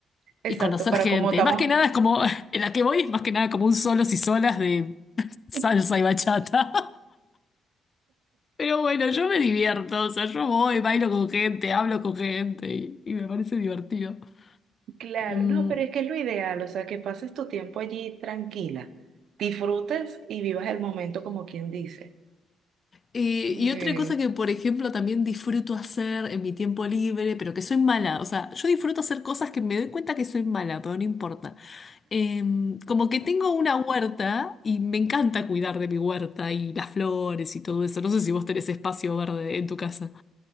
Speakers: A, on the right; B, on the left.
A: exacto,
B: y conocer
A: para
B: gente.
A: cómo estamos.
B: Más que nada es como, <laughs> en la que voy es más que nada como un solos y solas de <laughs> salsa
A: <laughs>
B: y bachata. Pero bueno, yo me divierto, o sea, yo voy, bailo con gente, hablo con gente y, y me parece divertido.
A: Claro,
B: Em,
A: no, pero es que es lo ideal, o sea, que pases tu tiempo allí tranquila, disfrutes y vivas el momento como quien dice.
B: eh, y
A: Eh,
B: otra cosa que, por ejemplo, también disfruto hacer en mi tiempo libre, pero que soy mala, o sea, yo disfruto hacer cosas que me doy cuenta que soy mala, pero no importa. Em, como que tengo una huerta y me encanta cuidar de mi huerta y las flores y todo eso. No sé si vos tenés espacio verde en tu casa.